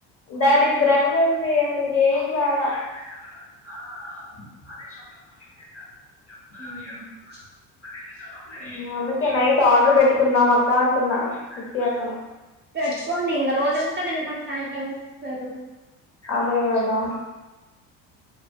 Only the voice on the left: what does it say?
దారిద్రంగా ఉంది అసలుకి ఏం బాలే <unintelligible>
అ అందుకే నైట్ ఆడర్ పెట్టు కుందం అక్క అంటున్నా శృతి అక్కని
అదే గదా